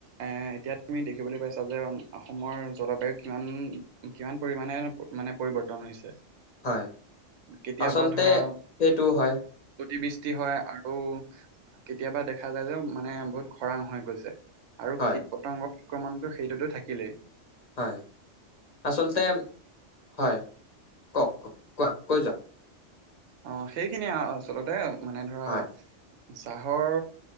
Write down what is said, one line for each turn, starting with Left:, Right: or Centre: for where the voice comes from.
Right: এ এতিয়া তুমি দেখিবলৈ পাইছা যে অসমৰ জলবায়ু কিমান? কিমান পৰিমণে মানে পৰিৱৰ্তন হৈছে?
Left: হয়
Right: কেতিয়াবা
Left: আচলতে
Right: ধৰা
Left: সেইটো হয়
Right: গতিবৃষ্টি হয় আৰু কেতিয়াবা দেখা যায় যে মানে বহুত খৰাং হৈ গৈছে। আৰু
Left: হয়
Right: কীট পতংগৰ আক্ৰমণটো সেইটোতো থাকিলেই।
Left: হয় আচলতে হয় কওক কক কোৱা কৈ যোৱাও।
Right: অ সেইখিনিয়ে আচলতে মানে ধৰা
Left: হয়
Right: চাহৰ